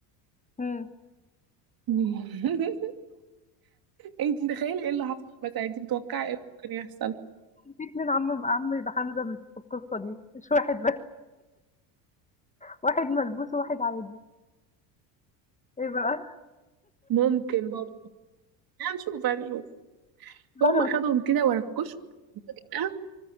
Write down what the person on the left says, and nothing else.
إمم،
في 2 عم عم حمزة مش في القصة دي، مش واحد بس، واحد ملبوس وواحد عادي، إيه بقى؟
لا
ده متح